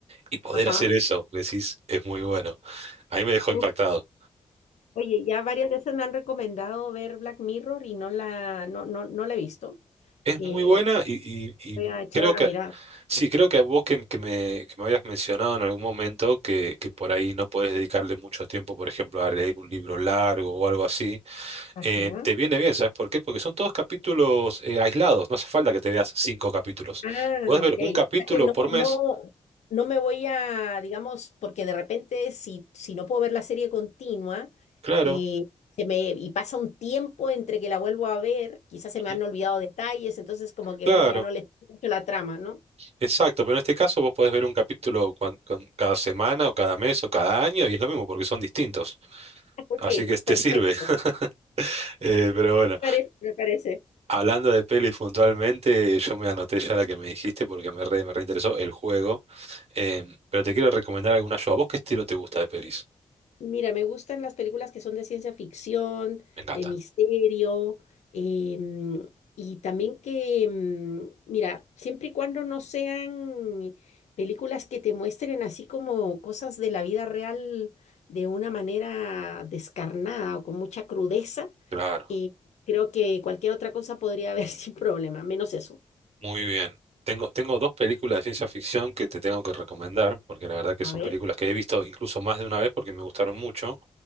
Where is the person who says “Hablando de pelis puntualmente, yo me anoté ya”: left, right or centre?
Right